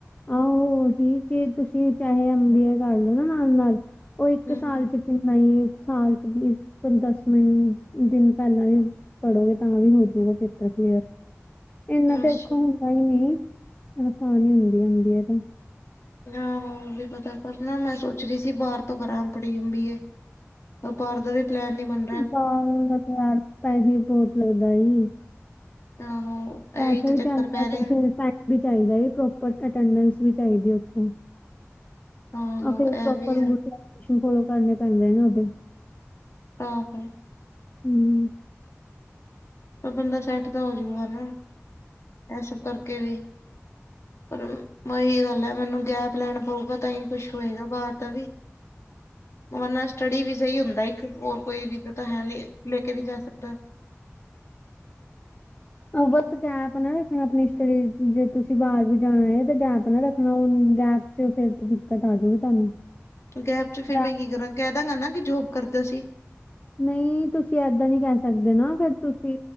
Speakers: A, on the left; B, on the left.
A: ਆਹੋ ਓਹੀ ਕਿ ਤੁਸੀਂ ਚਾਹੇ ਐਮ ਬੀ ਏ ਕਰ ਲਓ ਨਾ ਨਾਲ-ਨਾਲ ਓਹੀ ਤੇ
B: ਹੂੰ
A: ਸਾਲ
B: ਹੂੰ
A: 'ਚ ਕਿੰਨਾ ਸਾਲ 'ਚ ਦਸ ਮਿੰ ਦਿਨ ਪੈਲਾਂ ਏ। ਪੜੋਗੇ ਤਾਂ ਵੀ ਹੋਜੂਗਾ ਪੇਪਰ ਕਲੀਅਰ ਇੰਨਾ ਤੇ
B: ਅੱਛਾ।
A: ਔਖਾ ਹੁੰਦਾ ਹੀ ਨਈ ਆਸਾਨ ਹੀ ਹੁੰਦੀ ਹੁੰਦੀ ਏ ਐਮ ਬੀ ਏ ਤੇ
B: ਯਾਂ ਓ ਵੀ ਪਤਾ ਕਰਨਾ ਮੈਂ ਸੋਚ ਰਈ ਸੀ ਬਾਰ ਤੋਂ ਕਰਾਂ ਆਪੜੀ ਐਮ ਬੀ ਏ ਪਰ ਬਾਰ ਦਾ ਪਲੈਨ ਨੀ ਬਨ
A: ਬਾਰ ਦਾ ਤੇ ਪੈਹੀ ਬਹੁਤ ਲੱਗਦਾ ਈ।
B: ਆਹੋ
A: ਵੈਸੇ
B: ਇਹੀ ਤਾਂ
A: ਵੀ
B: ਚੱਕਰ
A: ਚਈਦਾ
B: ਪੈ ਰਿਹਾ।
A: ਤੇ ਫਿਰ ਵੀ ਚਾਹੀਦਾ ਏ ਪ੍ਰੋਪਰ ਅਟੈਂਡੈਂਸ ਵੀ ਚਾਹੀਦੀ ਉਥੋਂ।
B: ਆਹੋ
A: ਆ ਫੇਰ
B: ਇਹ
A: ਪ੍ਰੋਪਰ
B: ਵੀ
A: ਰੂਲਸ
B: ਆ
A: ਐਂਡ ਰੈਗੂਲੇਸ਼ਨ ਫੋਲੋ ਕਰਨੇ ਪੈਂਦੇ ਨੇ ਉਹਦੇ।
B: ਆਹੋ।
A: ਹਮ।
B: ਪਰ ਬੰਦਾ ਸੈੱਟ ਤਾਂ ਹੋ ਜਾਊਗਾ ਨਾ ਇਹ ਸਭ ਕਰਕੇ ਵੀ ਪਰ ਵਹੀ ਗੱਲ ਹੈ ਮੈਨੂੰ ਗੈਪ ਲੈਣਾ ਪਊਗਾ ਤਾਂ ਹੀ ਕੁਛ ਹੋਏਗਾ ਬਾਹਰ ਦਾ ਵੀ ਵਰਨਾ ਸਟਡੀ ਵੀਜਾ ਹੀ ਅਪਲਾਈ ਕਰੋ ਹੋਰ ਕੋਈ ਵੀਜ਼ਾ ਤੇ ਹੈ ਨਹੀਂ ਲੈ ਕੇ ਨਹੀਂ ਜਾ ਸਕਦਾ।
A: ਉਹ ਬਸ ਗੈਪ ਨਾ ਰੱਖਣਾ ਆਪਣੀ ਸਟੱਡੀ ਜੇ ਤੁਸੀਂ ਬਾਹਰ ਵੀ ਜਾਣਾ ਹੈ ਤੇ ਗੈਪ ਨਾ ਰੱਖਣਾ ਹ ਗੈਪ ਜਿਉ ਫਿਰ ਤੇ ਦਿੱਕਤ ਆ ਜਾਊਗੀ ਤੁਹਾਨੂੰ।
B: ਗੈਪ ਚ ਫਿਰ
A: ਯਾ-
B: ਮੈਂ ਕੀ ਕਰਾਂ ਕਹਿ ਦਾਂਗਾ ਨਾ ਕਿ ਜੋਬ ਕਰਦਾ ਸੀ।
A: ਨਹੀਂ ਤੁਸੀਂ ਏਦਾਂ ਨਹੀਂ ਕਹਿ ਸਕਦੇ ਨਾ ਫੇਰ ਤੁਸੀਂ